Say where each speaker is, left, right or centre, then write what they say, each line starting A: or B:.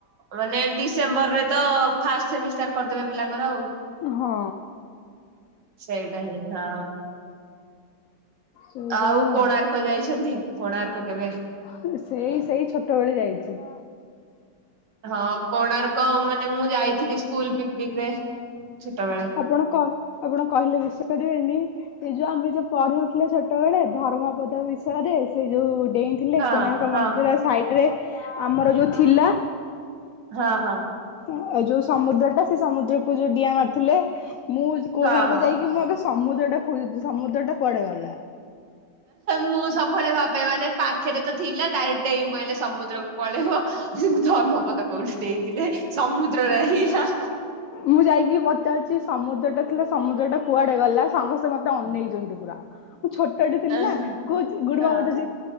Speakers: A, on the right (about 75°); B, on the left (about 85°).
A: ମାନେ ଡିସେମ୍ବରରେ ତ ଫାଷ୍ଟ ସେମିଷ୍ଟାର କରିଦେବେ ପିଲାଙ୍କର ଆଉ।
B: ହଁ।
A: ସେଇଟା ହିଁ ହଁ
B: ସେଇଭଳିଆ
A: ଆଉ କୋଣାର୍କ କ ଯାଇଛନ୍ତି କୋଣାର୍କ କେବେ?
B: ହଁ ସେଇ ସେଇ ଛୋଟବେଳେ ଯାଇଛି।
A: ହଁ କୋଣାର୍କ ମାନେ ମୁଁ ଯାଇଥିଲି ସ୍କୁଲ ପିକନିକରେ ଛୋଟବେଳେ।
B: ଆପଣ କଣ ଆପଣ କହିଲେ ବିସି କରିବେନି, ଏ ଯୋଉ ଆମେ ଯୋଉ ପଢିିନଥିଲେ ଛୋଟବେଳେ। ଧର୍ମପଦ ବିଷୟରେ, ସେ ଯୋଉ ଡେଇଁ ଥିଲେ
A: ହଁ
B: କୋଣାର୍କ
A: ହଁ
B: ମନ୍ଦିର ସାଇଡରେ ଆମର ଯୋଉ ଥିଲା
A: ହଁ ହଁ
B: ଆଉ ଯୋଉ ସମୁଦ୍ର ଟା ସେ ସମୁଦ୍ରକୁ ଯୋଉ ଡିଆ ମାରିଥିଲେ। ମୁଁ କୋଣାର୍କ
A: ହଁ ହଁ।
B: ଯାଇକି ମୁଁ ଆଗ ସମୁଦ୍ର ଟା ଖୋଜଛି ସମୁଦ୍ର ଟା କୁଆଡେ ଗଲା?
A: ମୁଁ ସବୁବେଳେ ଭାବେ ମାନେ ପାଖରେ ତ ଥିଲା ଡାଇକ୍ଟ ଡେଇଁ ପଇଲା, ସମୁଦ୍ରକୁ ପଳେଇବ। ଧର୍ମପଦ କୋଉଠି ଦେଇଥିଲେ ସମୁଦ୍ରରେ ହିଁ ହା ହା।
B: ମୁଁ ଯାଇକି ପଚାରୁଛି ସମୁଦ୍ର ଟା ଥିଲେ ସମୁଦ୍ର ଟା କୁଆଡେ ଗଲା, ସମସ୍ତେ ମତେ ଅନେଇଛନ୍ତି ପୁରା। ମୁଁ ଛୋଟଟେ ଥିଲି
A: ଓହୋ
B: ନା କହୁଛି ଗୁଡମା
A: ହଁ
B: ମତେଆସେ